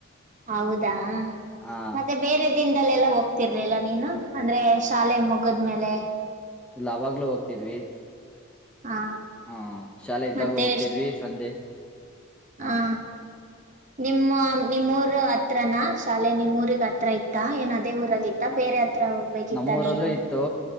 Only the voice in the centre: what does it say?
ಆ
ಇಲ್ಲ ಅವಾಗ್ಲೂ ಹೋಗ್ತಿದ್ವಿ
ಹಾ ಶಾಲೆ ಇದ್ದಾಗ
ಹೋಗ್ತಿದ್ವಿ ಸಂಜೆ
ಹ
ನಮ್ಮೂರಲ್ಲೂ
ಇತ್ತು